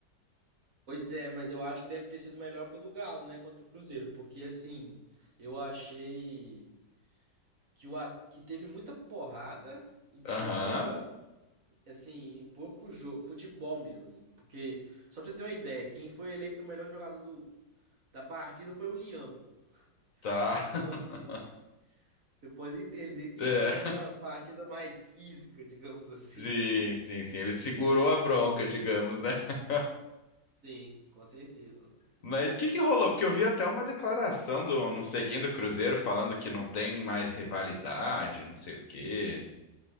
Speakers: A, on the right (about 50°); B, on the left (about 50°).
A: Pois é, mas eu acho que deve ter sido melhor que o do Galo, né, contra o Cruzeiro, porque assim, eu achei que, o, a- que teve muita porrada e pouca,
B: Aham,
A: assim, e pouco jogo, futebol mesmo, assim, porque, só pra você ter uma ideia, quem foi eleito o melhor jogador do, da partida foi o Lianco.
B: tá.
A: Então,
B: <laughs>
A: assim, você pode entender que
B: É.
A: foi uma partida mais física, digamos assim.
B: Sim, sim, sim. Ele segurou a bronca, digamos, né? <laughs>
A: Sim, com certeza.
B: Mas o que que rolou? Porque eu vi até uma declaração do não sei quem do Cruzeiro falando que não tem mais rivalidade, não sei o quê.